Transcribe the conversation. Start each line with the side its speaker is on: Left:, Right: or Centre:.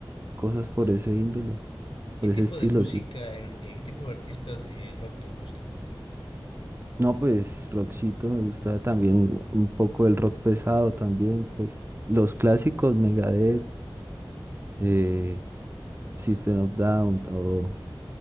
Right: cosas por ese índole,
Left: ¿qué
Right: por
Left: tipo
Right: ese estilo,
Left: de música,
Right: sí.
Left: en- eh, qué tipo de artistas eh, rock te gustan?
Right: No, pues rockcito me gusta también un poco el rock pesado también, pues los clásicos Megadeth, eh, System of Down o